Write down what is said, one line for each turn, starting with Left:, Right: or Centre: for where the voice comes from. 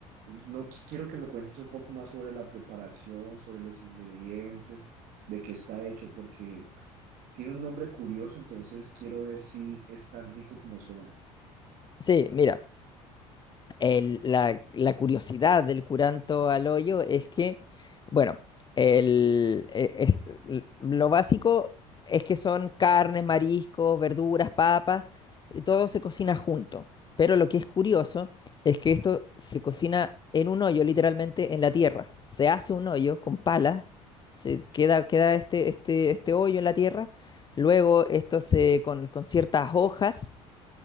Right: no qui- quiero que me cuentes un poco más sobre la preparación, sobre los ingredientes, de qué está hecho, porque tiene un nombre curioso, entonces quiero ver si es tan rico como suena.
Left: Sí, mira. el- la, la curiosidad del curanto al hoyo es que, bueno, el, e- es- l- lo básico es que son carnes, mariscos, verduras, papas, y todo se cocina junto. Pero lo que es curioso es que esto se cocina en un hoyo, literalmente en la tierra. Se hace un hoyo con palas, se queda, queda este, este, este hoyo en la tierra. Luego esto se con, con ciertas hojas